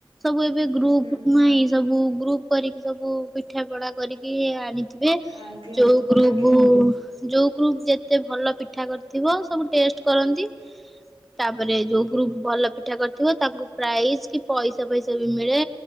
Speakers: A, in the centre; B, on the right.
A: ସବୁ ଏବେ
B: ହୁଁ
A: ଗ୍ରୁପ
B: ହୁଁ।
A: ନଁ ସବୁ ଗ୍ରୁପ କରିକି ସବୁ ପିଠା ପଣା କରିକି ଆଣିଥିବେ
B: ଆଜ୍ଞା
A: ଯୋଉ ଗ୍ରୁପ
B: ଆଜ୍ଞା
A: ଯୋଉ ଗ୍ରପ ଯେତେ ଭଲ ପିଠା କରିଥିବ ସବୁ ଟେଷ୍ଟ କରନ୍ତି ତାପରେ ଯୋଉ ଭଲ ପିଠା କରିଥିବ ତାଙ୍କୁ ପ୍ରାଇଜ କି ପଇସା ପଇସା ବି ମିଳେ